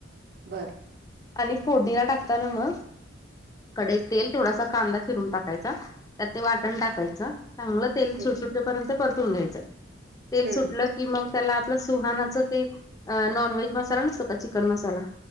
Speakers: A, on the right (about 50°); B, on the left (about 20°).
A: बर
B: आणि फोडणीला टाकता ना मग कढईत तेल थोडासा कांदा चिरून टाकायचा त्यात ते वाटण टाकायचं चांगलं तेल
A: हम्म
B: सुटपर्यंत परतून घ्यायचं तेल
A: हम्म
B: सुटलं कि मग त्याला आपलं सुहानाच ते नॉन व्हेज मसाला नसतो का चिकन मसाला